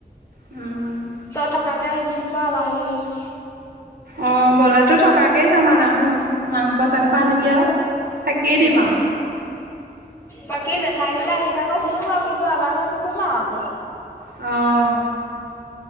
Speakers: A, on the right; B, on the left.
A: উম।
B: তই থকাকে আহিবিচোন বাৰু আমাৰ ঘৰলে এদিন।
A: অ', গলেতো থকাকেই যাম আৰু নাহো মাংস
B: উম,
A: চাংস আনিবি আৰু থাকিয়ে
B: উম।
A: দিম আৰু।
B: বাকী জেঠাই ঘৰলে আহি থাক শুনো আৰু কিন্তু আমাৰ ঘৰত নোসোমাৱ আকৌ।
A: অ'।